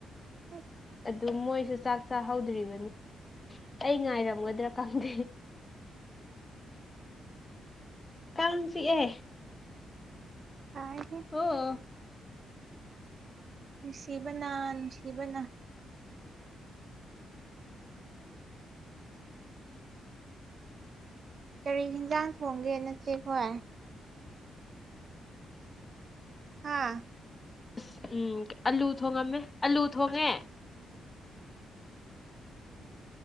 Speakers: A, on the right (about 40°); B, on the left (about 15°).
A: <unintelligible>
B: ꯑꯗꯨ ꯃꯣꯏꯁꯨ ꯆꯥꯛ ꯆꯥꯍꯧꯗ꯭ꯔꯤꯕꯅꯤ ꯑꯩ ꯉꯥꯏꯔꯝꯒꯗ꯭ꯔꯥ ꯈꯪꯗꯦ ꯀꯥꯡꯆꯤꯛꯑꯦ
A: ꯁꯥꯏꯍꯦ
B: ꯑꯣ
A: ꯅꯨꯡꯁꯤꯕꯅ ꯅꯨꯡꯁꯤꯕꯅ ꯀꯔꯤ ꯍꯟꯖꯥꯡ ꯊꯣꯡꯒꯦ ꯅꯆꯦꯈꯣꯏ ꯍꯥꯥ
B: ꯑꯁ ꯎꯝ ꯑꯂꯨ ꯊꯣꯡꯉꯝꯃꯦ ꯑꯂꯨ ꯊꯣꯡꯉꯦ